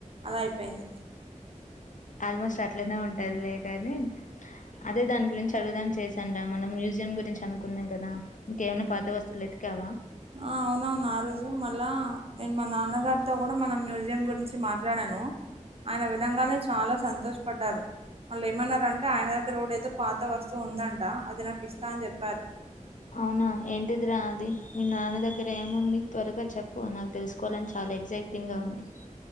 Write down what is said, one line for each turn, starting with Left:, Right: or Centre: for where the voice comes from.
Right: అలా అయిపెయింది
Left: ఆల్మోస్ట్ అట్లనే ఉంటదిలే కానీ అదే దాని గురించి అడుగుదాం చేసాన్ రా మనం మ్యూజియం గురించి అనుకున్నాం కదా ఇంకేమైనా పాత వస్తువులై క్యావా
Right: ఆ అవునవును ఆ రోజు మళ్ళా నేను మా నాన్నగారితో గూడా మన మ్యూజియం గురించి మాట్లాడ్యాన్ ను ఆయన విధంగానే చాలా సంతోష్ పడ్డారు వళ్ళు ఏమన్నారంటే ఆయన దగ్గర గుడ ఏతో పాత వస్తువు ఉందంట అది నాకి ఇస్తా అన్ జెప్యారు
Left: అవునా ఏంటిది రా అది మీ నాన్న దగ్గర ఏముంది త్వరగా చెప్పు నాకు తెసుకోలని చా లెగ్జైటింగ్గా ఉంది